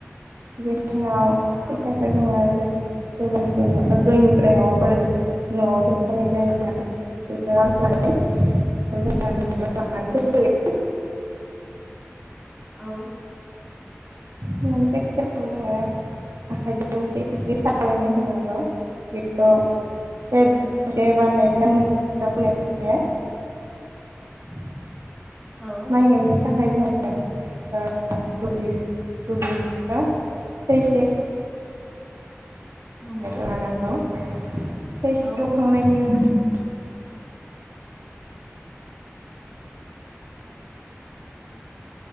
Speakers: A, on the right; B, in the centre.
A: बे जोंनाव खोथियाखौ
B: औ
A: जोङो जेरै फोगोन खिनियाव दैनिफ्राय नआव बोर नआव दोनफैनाय जायोब्लाबो बेखौ दुब्लिया लांनानै फोहैनाय जायो जोङो
B: औ
A: <unintelligible>
B: औ
A: माइ गायनो थाखाय जों ओ दुब्लि दुब्लि ओ सैसे
B: नंगौ
A: बेखौ लानांगौ <inaudible> सैस
B: औ
A: दखांनायनि उनाव <unintelligible> <unintelligible>